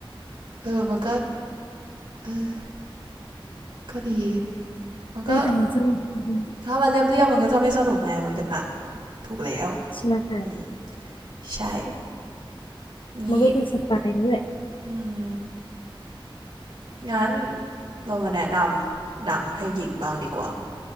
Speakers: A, on the right; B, on the left.
A: เออมันก็เออก็ดีมันก็
B: เออแต่มันสนุกดี
A: ถ้ามันเรียบๆมันก็จะไม่สนุกไงมันเป็นหนักถูกแล้ว
B: ใช่
A: อืมใช่งี้
B: มันก็จะสไตล์นี้แหละ
A: อืม งั้นเรามาแนะนำหนังให้หญิงบ้างดีกว่า